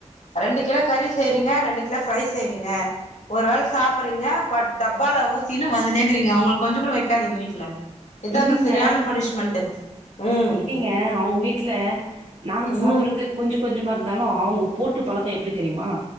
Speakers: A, on the left; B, on the right.
A: ரெண்டு கிலோ கறி செய்றீங்க ரெண்டு கிலோ ஃபிரை செய்றீங்க ஒரு வேல சாப்புர்றீங்க பட் டப்பால ஊத்தினு வந்துனே இக்குறீங்க அவங்களுக்கு கொஞ்சோ கூட வைக்காதீங்க வீட்ல இதாங்க
B: இல்லைங்க
A: சரியான பனிஷ்மெண்ட்டு ம்
B: இல்லைங்க அவுங்க வீட்ல நாங்க சாப்புர்றது
A: ம்
B: கொஞ்ச கொஞ்சமா இருந்தாலு அவுங்க போட்டு பழக்கோ எப்டி தெரியுமா